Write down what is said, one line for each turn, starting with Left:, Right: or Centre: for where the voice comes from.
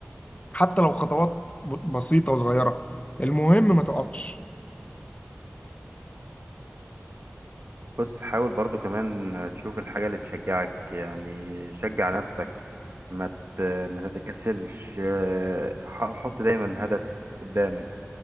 Left: حتى لو خطوات ب- بسيطة وصغيرة المهم ما تقفش
Right: بص حاول برضو كمان تشوف الحاجة اللي تشجعك يعني شجع نفسك ما ت- ما تتكسلش آه، ح- حط دايما هدف قدامك